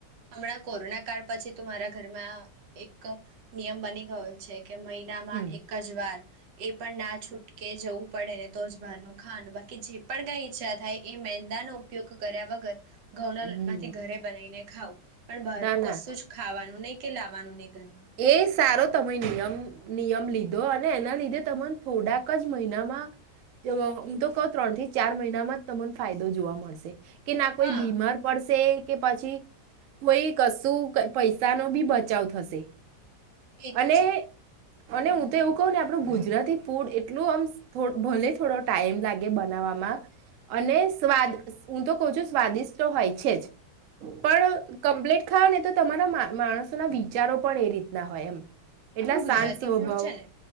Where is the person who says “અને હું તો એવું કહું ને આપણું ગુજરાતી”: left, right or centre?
Right